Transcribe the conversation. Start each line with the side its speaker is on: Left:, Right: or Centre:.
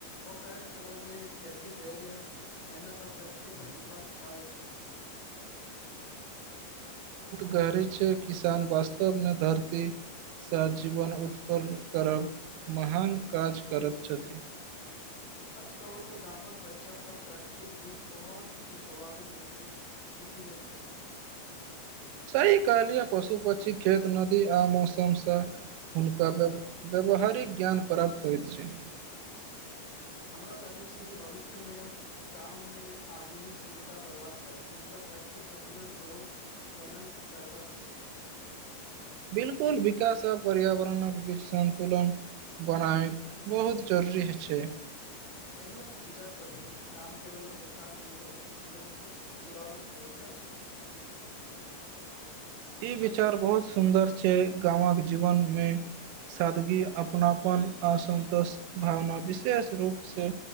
Left: ओ के छला जे खेती धैर्य मेहनत आ प्रकर्तिक पर विश्वास सिखाबत छैइ <inaudible>
Right: कहबी छैइ किसान वास्तव में धरती सँ जीवन उत्पन्न करब महान काज करैत छथिन
Left: सच कहू तऽ गामक बच्चा सब प्रकृतिक बीच बहुत किछु स्वाभाविक रूप से सिख खि लैइतछति
Right: सही कहलिअइ पशु पक्षी खेत नदी आ मौसमसँ हुनका व्य व्यावहारिक ज्ञान प्राप्त होइत छैइ
Left: हमरा लगैइ छैइ जे भविष्य में गाममे आधुनिक सुविधा बढ़बाके चाही मुदा प्राकृतिक संन्तुलन सेहो बनल रहबाक चाही
Right: बिलकुल विकास आ पर्यावरणक बीच संन्तुलन बनाय बहुत जरूरीइ छै
Left: कली हममे एक विचार पढ़ लू गाम केवल एक स्थान नहि बल्कि जीवन जीवावेक तरीका छै
Right: ई विचार बहुत सुन्दर छै गामक जीवनमे सादगी अपनापन असन्तोष भावना विशेष रूपसँ